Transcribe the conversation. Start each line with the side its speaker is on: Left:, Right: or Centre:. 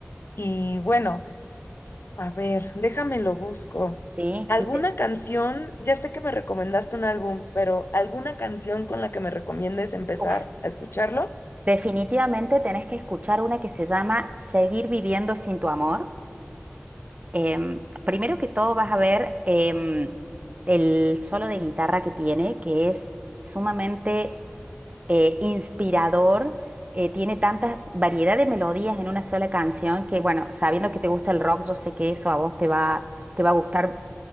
Left: Y bueno, a ver, déjame lo busco.
Right: ¿sí?
Left: ¿Alguna
Right: Y de-
Left: canción? Ya sé que me recomendaste un álbum, pero ¿alguna canción con la que me recomiendes empezar
Right: uf,
Left: a escucharlo?
Right: definitivamente tenés que escuchar una que se llama Seguir viviendo sin tu amor Em, primero que todo vas a ver em, el solo de guitarra que tiene, que es sumamente eh, inspirador. eh, tiene tantas variedad de melodías en una sola canción que, bueno, sabiendo que te gusta el rock, yo sé que eso a vos te va, te va a gustar